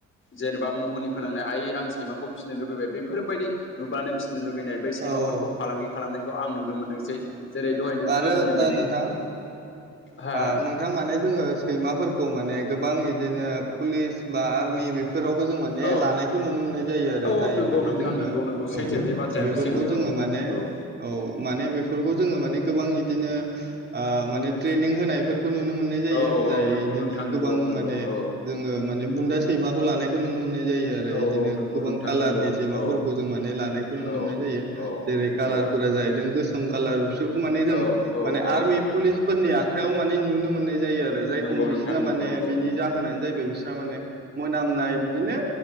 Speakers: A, on the left (about 40°); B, on the right (about 35°).
A: जेनेबा मुहुनि फोनांनाय आयै आं सैमा खौ फिनो लुबैबाय बेफोरबायदि नुबानो फि फिनो लुुबैनाय बै सैमाफोरखौ
B: औ
A: फालांगि खालामनायखौ आं नुनो मोनदोंसै। जेरै दहाय नोंथाङा
B: आरो
A: बुंनाय
B: ओ
A: बादि
B: नोंथां
A: हा
B: ओ नोंथां माने जोङो सैमाफोर खौ माने गोबां इदिनो पुलिस बा आर्मि बेफ फोरावबो जों माने
A: औ
B: लानायखौ नुनो मोननाय जायो आरो
A: औ
B: जाय
A: नंगौ
B: माने
A: नोंथां
B: जोङो
A: नंगौ नंगौ सैथो
B: औ।
A: बे बाथ्रायाबो
B: बेफोरखौ
A: सैथो औ
B: जोङो माने
A: नंगौ
B: औ माने बेफोरखौ जोङो माने गोबां इदिनो ओ माने ट्रेनिं होनायफोर खौ नुनो मोननाय जायो
A: औ औ
B: जाय
A: नंगौ
B: इदिनो
A: नोंथां नंगौ
B: गोबां
A: नंगौ
B: माने
A: औ
B: जोङो माने बुन्दा सैमाखौ लानायखौ नुनो मोननाय जायो आरो
A: औ
B: इदिनो
A: औ नंगौ
B: गोबां
A: नोंथां
B: कालारनि
A: नंगौ
B: सैमाफोरखौ
A: औ
B: जों माने लानायखै नुनो
A: औ
B: मोनाय जायो
A: औ
B: जेरै काला
A: औ
B: लारफोरा जाहैदों गोसो सोम कालार बिसोरखौ माने जों
A: औ औ
B: माने
A: औ
B: आर्मि पुलिसफोरनि आखाइयाव माने नुनो मोननाय जायो आरो जायखौ
A: नंगौ
B: बिसिना
A: नोंथां नंगौ
B: माने
A: नंगौ
B: बिनि जाहोनानो जाहैबाय बिसना माने मोनामनाय बिदिनो